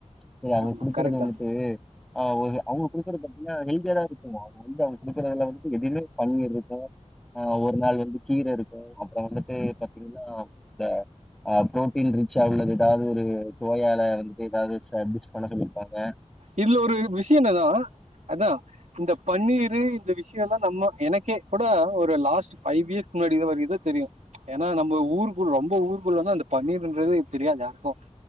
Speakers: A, in the centre; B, on the right.
A: செரி அவுங்க
B: ஆமாம்
A: குடுக்குறது
B: கரெக்ட்
A: வந்துட்டு
B: தான்
A: ஆ அவுக அவுங்க் குடுக்குறது பாத்தீங்கன்னா ஹெல்தியா தா இருக்குக்கும்மா வந்து அவுங்க குடுக்குறதுல வந்து எதுமே பன்னீர் இருக்கு ஆ ஒரு நாள் வந்து கீர இருக்கு அப்றோ வந்துட்டு பாத்தீங்கன்னா இந்த ஆ ப்ரோட்டீன் ரிச்சா உள்ளது ஏதாவது ஒரு துவையால வந்துட்டு ஏதாவது ஸ்ச டிஷ் பண்ண சொல்லியிருப்பாங்க
B: இதுல ஒரு இது விஷ்யோ என்னன்னா அதா. இந்த பன்னீரு இந்த விஷ்யோ எல்லா நம்ம எனக்கே கூட ஒரு லாஸ்ட் ஃபைவ் இயஸ் முன்னாடில வருகித தெரியு. ஏனா நம்ப ஊருக்குள் ரொம்ப ஊருக்குள் வந்து அந்த பன்னீருன்றதே தெரியாது யாருக்கு.